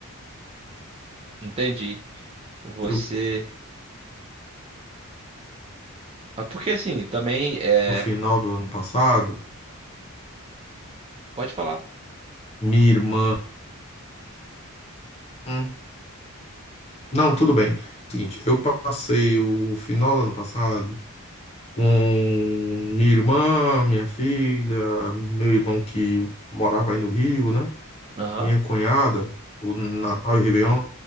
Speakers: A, on the right; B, on the left.
A: Entendi. Você,
B: eu-
A: ah, porque assim, também é,
B: o final do ano passado,
A: pode falar.
B: minha irmã. hum, não, tudo bem. Seguinte, eu passei o final do ano passado. com minha irmã, minha filha, meu irmão que morava aí no Rio, né?
A: Aham.
B: Minha cunhada, o Natal e Réveillon.